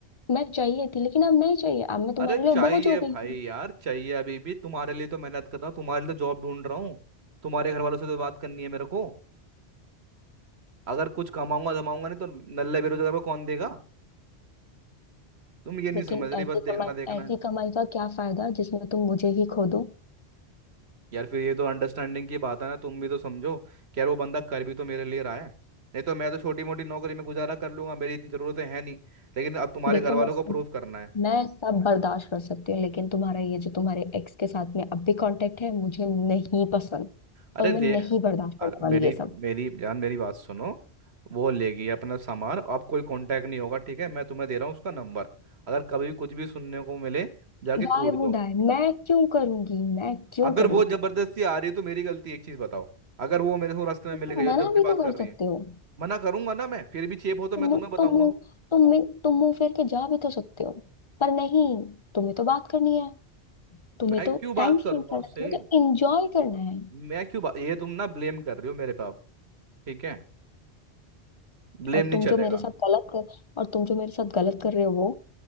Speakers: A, on the left; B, on the right.
A: मैं चाहिए थी लेकिन अब नहीं चाहिए अब मैं तुम्हारे
B: अरे चाहिए
A: लिए बोझ हो गई
B: भाई
A: हूँ
B: यार चाहिए अभी भी तुम्हारे लिए तो मेहनत कर रहा हूँ तुम्हारे लिए तो जॉब ढूंढ रहा हूँ तुम्हारे घर वालों से तो बात करनी है मेरे को अगर कुछ कमाऊंगा जमाऊंगा नहीं तो नल्ले बेरोजगार को कौन देगा तुम ये नहीं
A: लेकिन
B: समझ रही
A: ऐसी
B: बस देखना
A: कमाई
B: देखना
A: ऐसी
B: है
A: कमाई का क्या फायदा जिसमें तुम मुझे ही खो दो
B: यार फिर ये तो अंडरस्टैंडिंग की बात है ना तुम भी तो समझो कि यार वो बंदा कर भी तो मेरे लिए रहा है नहीं तो मैं तो छोटी मोटी नौकरी में गुजारा कर लूंगा मेरी इतनी जरूरतें हैं नहीं लेकिन अब तुम्हारे
A: देखो
B: घर वालों
A: मैं सब
B: को प्रूफ करना है
A: मैं सब बर्दाश्त कर सकती हूँ लेकिन तुम्हारा ये जो तुम्हारे एक्स के साथ में अब भी कांटेक्ट है मुझे नहीं पसंद
B: अरे
A: और मैं
B: ले
A: नहीं
B: अरे
A: बर्दाश्त करने वाली
B: मेरी
A: ये सब
B: मेरी जान मेरी बात सुनो वो लेगी अपना सामान अब कोई कांटेक्ट नहीं होगा ठीक है मैं तुम्हें दे रहा हूँ उसका नंबर अगर कभी भी कुछ भी सुनने को मिले जाके
A: वाई
B: कूट
A: वुड
B: दो
A: आई मैं क्यों करूंगी मैं क्यों
B: अगर
A: करूंगी
B: वो जबरदस्ती आ रही है तो मेरी गलती एक चीज बताओ अगर वो मेरे को रास्ते में
A: तुम
B: मिल गई और
A: मना
B: जब से
A: भी तो
B: बात कर
A: कर
B: रही
A: सकते
B: है
A: हो
B: मना करूंगा ना मैं फिर भी चेप हो तो
A: तुम
B: मैं तुम्हें बताऊंगा
A: तुम मुंह तुम में- तुम मुंह फेर के जा भी तो सकते हो पर नहीं तुम्हें तो बात करनी है तुम्हें
B: मैं
A: तो
B: क्यों बात
A: टाइम स्पेंड
B: करूंगा
A: करना
B: उससे
A: है तुम्हें तो एंजॉय करना है
B: मैं क्यों बा... ये तुम ना ब्लेम कर रही हो मेरे पाप ठीक है ब्लेम
A: और
B: नहीं
A: तुम
B: चलेगा
A: जो मेरे साथ गलत कर और तुम जो मेरे साथ गलत कर रहे हो वो